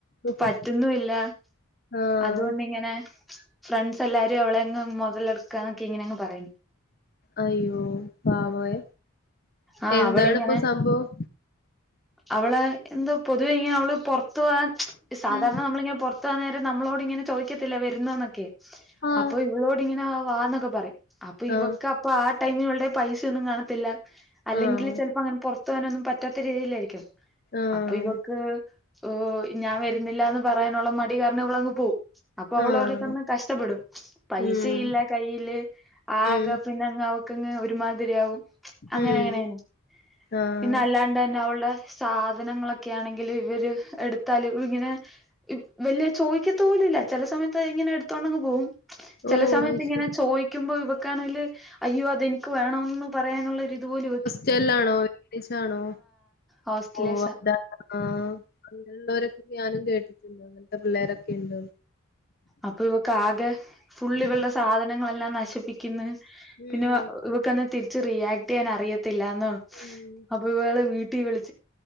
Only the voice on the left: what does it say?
ഓഹോ
ആഹ്
അയ്യോ പാവേ
എന്താണ്
ഇപ്പൊ സംഭവം
ഉം
ആഹ്
ആഹ്
ആഹ്
ആഹ്
ആഹ്
ഉം
ഉം
ഉം
ആഹ്
ഓഹ്
അത്
ശരി
ചെല്ലാണോ ഒരുമിച്ചാണോ
ഓ ആഹ് അങ്ങനുള്ളവരൊക്കെ ഞാനം കേട്ടിട്ടുണ്ട് അങ്ങനത്തെ പിള്ളേരൊക്കെ ഉണ്ടോ
ഉം
ഉം
ഉം